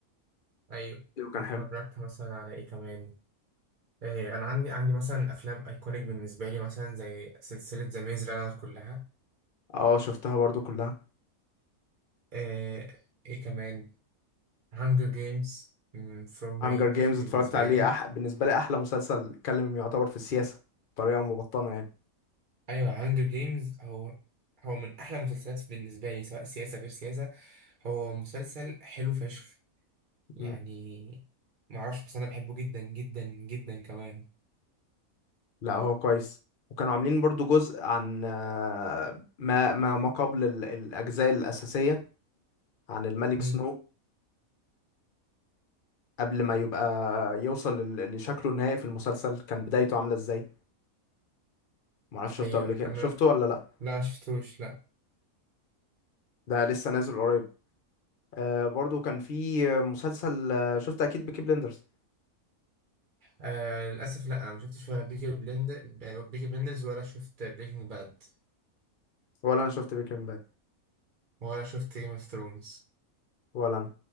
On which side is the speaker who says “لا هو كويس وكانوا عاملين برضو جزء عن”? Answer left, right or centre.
Left